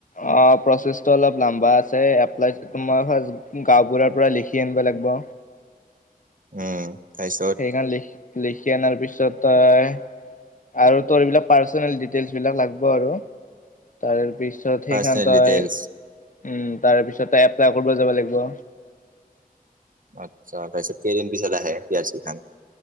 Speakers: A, on the left (about 60°); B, on the right (about 65°).
A: অ প্ৰচেছটো অলপ লম্বা আছে এপ্লাইটো তোমাৰ হয় গাঁওবুঢ়াৰ পৰা লিখি আনিব লাগ লাগব
B: উম তাৰপিছত
A: সেইখন লিখি লিখি অনাৰ পিছত ত‌ই আৰু তোৰ এইবিলাক পাৰ্চনেল ডিটেইলছ বিলাক লাগব আৰু তাৰ পিছত পছত
B: পাৰ্চনেল
A: সেইখন তই
B: ডিটেইলছ
A: উম তাৰপিছত তই এপ্লাই কৰিব যাব লাগিব
B: আত্ছা তছ কেই দিন পিছত কেইদিন পাছত আহে পি আৰ চি খন